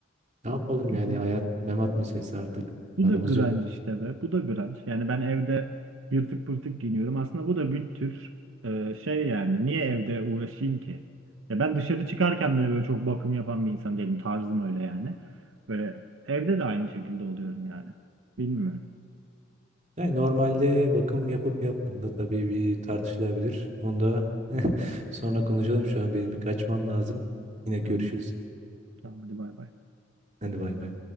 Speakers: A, on the right (about 35°); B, on the right (about 75°).
A: Ne yapalım
B: <laughs>
A: yani hayat memat meselesi artık
B: Bu
A: paramız
B: da grunge
A: yok.
B: işte be. Bu da grunge. Yani ben evde yırtık pırtık giyiniyorum. Aslında bu da bir tür e, şey yani. Niye evde uğraşayım ki? Ya ben dışarı çıkarken bile böyle çok bakım yapan bir insan değilim. Tarzım öyle yani. Böyle evde de aynı şekilde oluyorum yani. Bilmiyorum.
A: Yani normalde bakım yapıp yapmadığında tabii bir tartışılabilir. Onu da <laughs> sonra konuşalım. Şu an benim bir kaçmam lazım. Yine görüşürüz.
B: Tamam. Tamam hadi bay bay.
A: Hadi bay bay.